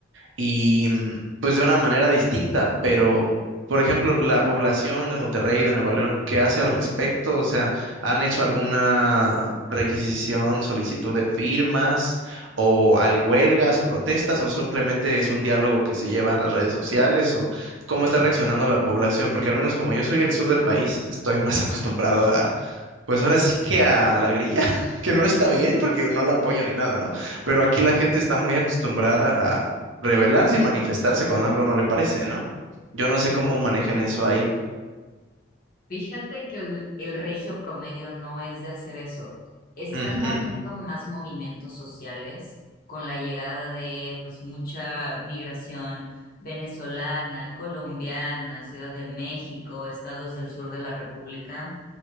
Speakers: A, on the right (about 85°); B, on the left (about 45°).
A: y mm, pues de una manera distinta, pero por ejemplo, la población de Monterrey y de Nueva León, ¿qué hace al respecto? O sea, ¿han hecho alguna requisición, solicitud de firmas o hay huelgas o protestas o simplemente es un diálogo que se lleva en las redes sociales o cómo está reaccionando la población? Porque al menos como yo soy del sur del país, estoy más <laughs> acostumbrado a, pues ahora sí que a la grilla, <laughs> que no está bien porque no la apoyo ni nada, ¿no? Pero aquí la gente está muy acostumbrada rebelarse y manifestarse con algo no le parece, ¿no? Yo no sé cómo manejan eso ahí.
B: Fíjate que el, el regio promedio no es de hacer eso. Están
A: Ujú,
B: habiendo
A: <laughs>
B: más movimientos sociales con la llegada de pues mucha migración venezolana, colombiana, Ciudad de México, estados del sur de la República,